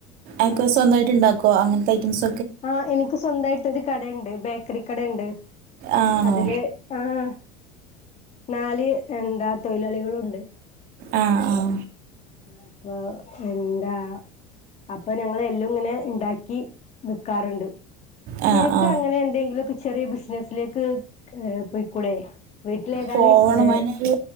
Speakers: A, on the right (about 60°); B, on the left (about 40°).
A: അക്കെ സ്വന്തയിട്ട് ഇണ്ടാക്കെ അങ്ങനത്തെ ഐറ്റംസ്
B: ആ് എനിക്ക് സ്വന്തയിട്ടൊരു കടയുണ്ട് ബേക്കറി കടണ്ട്
A: ആണോ?
B: അതില് ആഹ നാല് എന്താ തൊഴിലാളികളുണ്ട്.
A: ആഹ ആഹ
B: അപ്പൊ എന്താ അപ്പൊ ഞങ്ങൾ എല്ലാം ഇങ്ങനെ ഇണ്ടാക്കി വിക്കാറുണ്ട്
A: ആ
B: നിനക്ക്
A: ആ
B: അങ്ങനെ എന്തെങ്കിലും ഒക്കെ ചെറിയ ബിസിനസിലേക്ക് പോയിക്കൂടെ വീട്ടില ഏതായാലും
A: പോവണം
B: വെ
A: അതിനൊരു